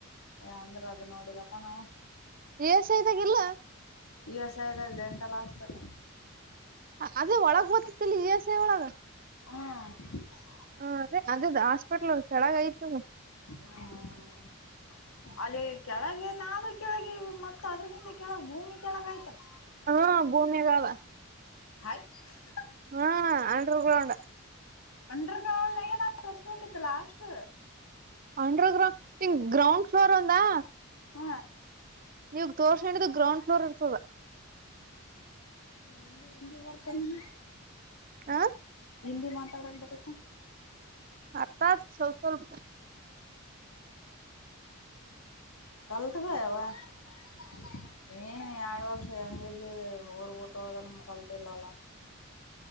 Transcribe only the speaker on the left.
ಯ ಅಂದ್ರ ಅದು ನೋಡಿಲಪ್ಪಾ ನಾವು
ಈ ಎ ಸಾಯದಾಗ ಡೆಂಟಲ್ ಹಾಸ್ಪಿಟಲ್
ಹ್ಮ
ಹ್ಮ್ ಅಲ್ಲಿ ಕೆಳಗೆ ನಾವ ಕೆಳಗೆ ಮತ್ತ ಅದ್ರಗಿಂತ ಕೆಳಗ್ ಭೂಮಿ ಕೆಳಗ ಆಯ್ತಲ್ಲ
<unintelligible>
ಅಂಡ್ರಗ ಗ್ರೌಂಡಾಗ ಏನ <unintelligible> ಅಷ್ಟ ತ್ತು
ಹ
ಹ್ಮ್ ಹ್ ಹಿಂದಿ ಹಿಂದಿ ಬರ್ತೇನೆ <unintelligible>
ಹಿಂದಿ ಮಾತಾಡಕ್ ಬರುತ್ತಾ
ಕಲ ತಗವಾ <unintelligible> ಏನ್ ಎರಡು ವರ್ಷ ಹೆಂಗ ಇ ಊಟೋ ಹೋದ್ರುನು ಕಲ್ತೆ ಇಲ್ಲಲ್ಲಾ